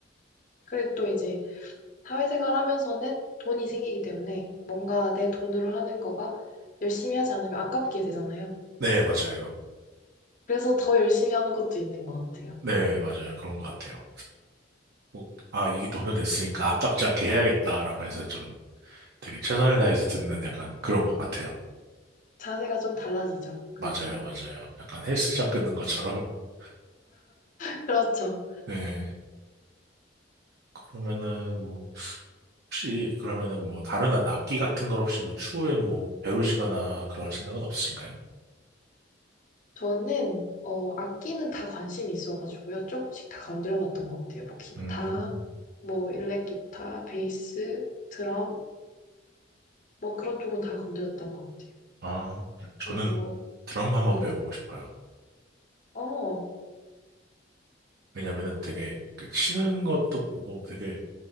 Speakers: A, on the left; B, on the right.
A: 그리고 또 이제 사회생활 하면서는 돈이 생기기 때문에 뭔가 내 돈으로 하는 거가 열심히 하지 않으면 아깝게 되잖아요.
B: 네, 맞아요.
A: 그래서 더 열심히 하는 것도 있는 것 같아요.
B: 네, 맞아요. 그런 것 같아요. 꼭 아 이 돈을 냈으니까 아깝지 않게 해야겠다라고 해서 좀 되게 최선을 다해서 듣는 약간 그런 것 같아요.
A: 자세가 좀 달라지죠, 그렇게
B: 맞아요,
A: 되면.
B: 맞아요. 약간 헬스장 끊는 것처럼. <laughs>
A: <laughs> 그렇죠.
B: 네. 그러면은 뭐 혹시 그러면은 뭐 다른 악기 같은 걸 혹시 뭐 추후에 뭐 배우시거나 그럴 생각은 없으신가요?
A: 저는 어 악기는 다 관심이 있어가지고요. 조금씩 다 건드려봤던 것 같아요. 뭐 기타,
B: 음.
A: 뭐 일렉 기타, 베이스, 드럼, 뭐 그런 쪽은 다 건드렸던 것 같아요.
B: 아,
A: 그리고
B: 저는 드럼 한번
A: 음,
B: 배워보고 싶어요.
A: 어,
B: 왜냐면은 되게 그 치는 것도 보고 되게